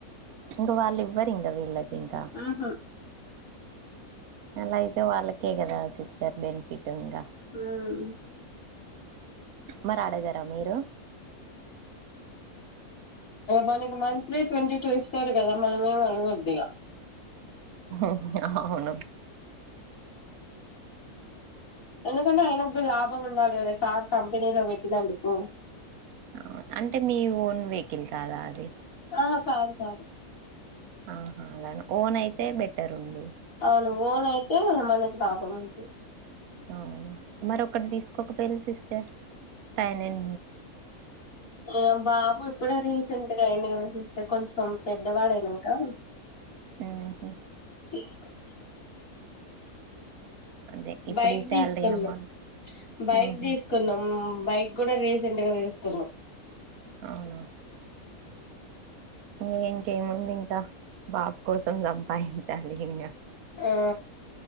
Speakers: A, on the right; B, on the left.
A: ఇంగ వాళ్ళు ఇవ్వరు ఇంగ వీళ్ళకి ఇంకా
B: ఉహు
A: అలా అయితే వాళ్ళకే గదా సిస్టర్ బెనిఫిట్ ఇంగా
B: ఆ ఆ
A: మరి ఆడగారా మీరు
B: మనకు మంత్లీ ట్వంటీ టూ ఇస్తారు కదా మనం ఏమ్ అడగద్దిగా
A: హ ఆవును
B: ఎందుకంటే ఆయనకు గు లాభం ఉండాలే గద కార్ కంపెనీలో పెట్టినందుకు
A: అవును అంటే మీ ఓన్ వెహికిల్ కాదా అది
B: ఆ కాదు కాదు
A: ఆహా అలానే ఓన్ అయితే బెటర్ ఉండు
B: అవును ఓన్ నయితే మనకి లాభం ఉంటది
A: అవును మరోక్కటి తీసుకోక పెళ్లు సిస్టర్ ఫైనం
B: ఇగ బాబు ఇప్పుడే రీసెంట్గా అయిండు కదా సిస్టర్ కొంచెం పెద్దవాడయినాంకా
A: ఉహు
B: తీసుకోవచ్చు
A: అదే ఇప్పుడు
B: బైక్
A: ఈ శాలరీ
B: తీసుకున్నాం
A: అమౌంట్
B: బైక్
A: ఊహు
B: తీసుకున్నాం బైక్ కూడా రీసెంట్గా తీసుకున్నాం
A: అవునా ఇంగ ఇంకేముంది ఇంకా బాబు కోసం సంపాదించాలి ఇంగ
B: ఆ